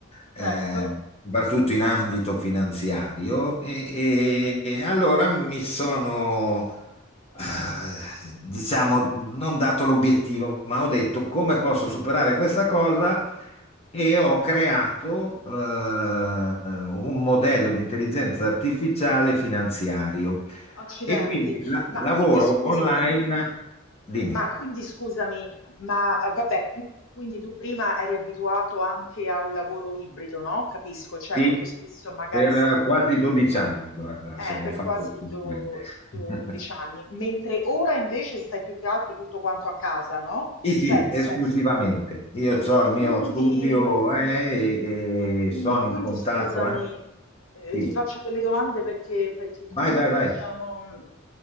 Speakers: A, on the left; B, on the left.
A: certo.
B: eh, soprattutto in ambito finanziario, e, e- e allora mi sono eh, diciamo, non dato l'obiettivo, ma ho detto come posso superare questa cosa e ho creato eh, un modello di intelligenza artificiale finanziario
A: Accidenti,
B: e quindi la-
A: ma
B: lavoro
A: quindi scusami,
B: online, dimmi,
A: ma quindi scusami, ma eh, vabbè, qui- quindi tu prima eri abituato anche a un lavoro ibrido, no? Capisco, cioè
B: sì,
A: molto spesso magari
B: per
A: stavi
B: quasi 12 anni, guarda,
A: eh,
B: sono
A: per
B: fatto
A: quasi
B: il consulente.
A: do- 12
B: <laughs>
A: anni, mentre ora invece stai più che altro tutto quanto a casa, no?
B: Sì, sì,
A: Cioè, nel
B: esclusivamente.
A: senso,
B: Io ho il
A: e
B: mio
A: quindi,
B: studio
A: mm,
B: eh, e, e
A: i-
B: sono
A: quindi
B: in contatto.
A: scusami,
B: anche-
A: eh,
B: Sì.
A: ti faccio delle domande perché, perché comunque
B: Vai, vai, vai,
A: diciamo, mm,